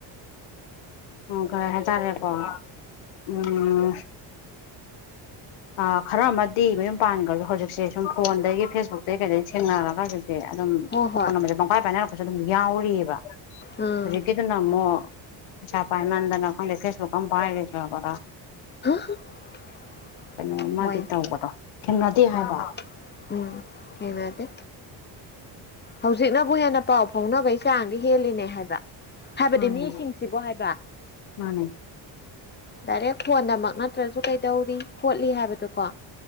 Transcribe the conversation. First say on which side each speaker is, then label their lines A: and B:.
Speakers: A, on the left; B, on the left.
A: ꯑꯣ ꯀꯔ ꯍꯥꯏꯇꯥꯔꯦꯀꯣ ꯎꯝ ꯑ ꯈꯔ ꯑꯃꯗꯤ ꯃꯌꯨꯝ ꯄꯥꯟꯈ꯭ꯔꯁꯨ ꯍꯧꯖꯤꯛꯁꯦ ꯁꯨꯝ ꯐꯣꯟꯗꯒꯤ ꯐꯦꯁꯕꯨꯛꯇꯒꯤ ꯀꯩꯗ ꯊꯦꯡꯅꯔꯒ ꯍꯧꯖꯤꯛ ꯑꯗꯨꯝ
B: ꯍꯣꯏ ꯍꯣꯏ
A: ꯀꯣꯟꯝꯕꯁꯦ ꯄꯨꯡꯀꯥꯏ ꯄꯥꯏꯅꯔꯛꯄꯁꯨ ꯑꯗꯨꯝ ꯌꯥꯎꯔꯤꯑꯕ
B: ꯎꯝ
A: ꯍꯧꯖꯤꯒꯤꯗ ꯅꯃꯣ ꯆꯄꯥꯏꯃꯗꯅ ꯀ ꯐꯦꯁꯕꯨ ꯀ ꯄꯗ꯭ꯔꯕꯔ
B: <inaudible>
A: ꯀꯩꯅꯣꯃ
B: ꯍꯣꯏ
A: ꯇꯧꯕꯗꯣ ꯊꯦꯡꯅꯗꯦ ꯍꯥꯏꯕ
B: ꯎꯝ ꯎꯝ ꯊꯦꯡꯅꯗꯦ ꯍꯧꯖꯤꯛꯅꯕꯨ ꯍꯦꯟꯅ ꯄꯥꯎ ꯐꯥꯎꯅꯕꯒꯤ ꯆꯥꯡꯗꯤ ꯍꯦꯜꯂꯤꯅꯦ ꯍꯥꯏꯕ ꯍꯥꯏꯕꯗꯤ
A: ꯃꯥꯅꯦ
B: ꯃꯤꯁꯤꯡꯁꯤꯕꯨ ꯍꯥꯏꯕ
A: ꯃꯥꯅꯦ
B: ꯗꯥꯏꯔꯦꯛ ꯐꯣꯟꯗꯃꯛ ꯅꯠꯇ꯭ꯔꯁꯨ ꯀꯩꯗꯧꯔꯤ ꯈꯣꯠꯂꯤ ꯍꯥꯏꯕꯗꯨꯀꯣ